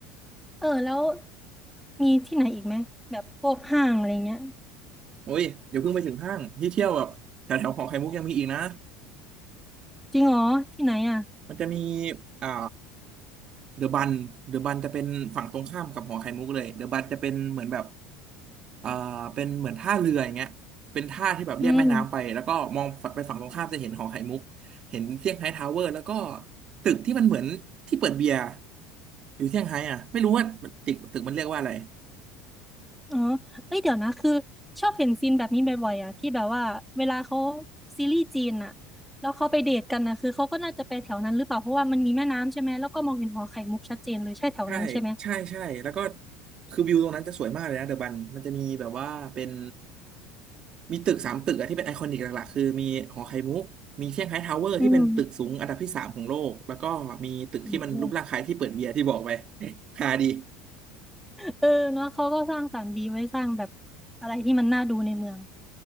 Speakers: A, in the centre; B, on the right (about 40°).
A: เออแล้วมีที่ไหนอีกไหมแบบพวกห้างอะไรเงี้ย
B: โอ้ยเดี๋ยวเพิ่งไปถึงห้างที่เที่ยวแบบแถวๆหอไข่มุกยังมีอีกนะ
A: จริงเหรอที่ไหนอ่ะ
B: มันจะมีอ่า เดอะบันเดอะบันจะเป็นฝั่งตรงข้ามกับหอไข่มุกเลย เดอะบันจะเป็นเหมือนแบบเอ่าเป็นเหมือนท่าเรืออย่างเงี้ยเป็นท่าที่แบบเรียบแม่น้ำไปแล้วก็มองไปฝั่งตรงข้ามจะเห็นหอไข่มุกเห็นเซี่ยงไฮ้ทาวเวอร์แล้วก็
A: อืม
B: ตึกที่มันเหมือนที่เปิดเบียร์อยู่เซี่ยงไฮ้อ่ะไม่รู้ว่าตึกตึกมันเรียกว่าอะไร
A: อ๋อเอ้ยเดี๋ยวนะคือชอบเห็นซีนแบบนี้บ่อยๆอ่ะที่แบบว่าเวลาเขาซีรีส์จีนอ่ะแล้วเขาไปเดทกันนะคือเขาก็น่าจะไปแถวนั้นหรือเปล่าเพราะว่ามันมีแม่น้ำใช่ไหมแล้วก็มองเห็นหอไข่มุกชัดเจนเลยใช่แถวนั้นใช่ไหม
B: ใช่ใช่ใช่แล้วก็คือวิวตรงนั้นจะสวยมากเลยนะเดอะบันมันจะมีแบบว่าเป็น มีตึกสามตึกอะที่เป็นไอคอนิกหลักๆคือมีหอไข่มุกมีเซี่ยงไฮ้ทาวเวอร์ที่เป็นตึกสูงอันดับที่สามของโลกแล้วก็มีตึกที่มันรูปร่างคล้ายที่เปิดเบียร์ที่บอกไป
A: อืม อืม
B: <laughs> ฮาดี
A: เออเนาะเขาก็สร้างสรรค์ดีไว้สร้างแบบอะไรที่มันน่าดูในเมือง